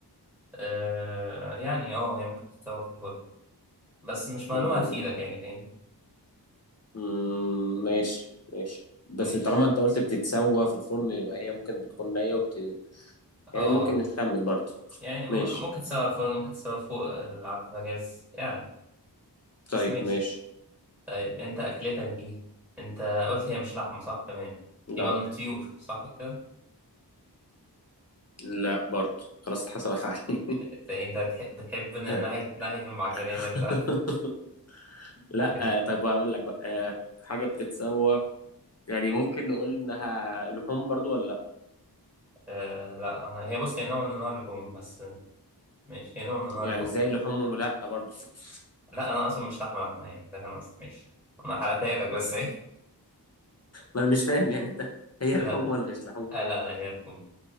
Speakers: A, in the centre; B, on the left.
A: آه يعني اه هي ممكن تتطور في الفرن بس مش معلومة
B: ممكن
A: هتفيدك
B: تدخل
A: يعني فاهم
B: مم، ماشي ماشي بس
A: مش
B: طالما انت قلت بتتسوى في الفرن يبقى هي ممكن بتكون نية وبت... يعني
A: اه
B: ممكن نخمن برضو
A: يعني م-
B: ماشي
A: ممكن تسوي على الفرن ممكن تسوي فوق ال- على البوتاجاز يعني
B: طيب
A: بس ماشي
B: ماشي
A: طيب انت اكلتك دي انت قلت هي مش لحمة صح تمام
B: لا
A: يبقى من الطيور صح كده
B: لا برضه خلاص اتحسبت عليه <laughs>
A: انت انت بتح- بتحب ن-
B: آه.
A: ناحية ناحية
B: <laughs>
A: المعجنات انت <laughs>
B: لا
A: ماشي.
B: آه، طيب هقول لك بقى آه، حاجة بتتسوى يعني ممكن نقول انها لحوم برضو ولا لا
A: آه لا هي بص هي نوع من انواع اللحوم بس ماشي هي نوع من انواع
B: يعني
A: اللحوم
B: زي لحوم ولا لا برضو <laughs>
A: لا انا اصلا مش لحمة لحمة يعني ده كان قصدي ماشي انا حرقتها لك بس
B: ما انا مش فاهم يعني
A: <laughs>
B: انت هي
A: لا
B: لحوم ولا مش لحوم
A: آه لا لا هي الروم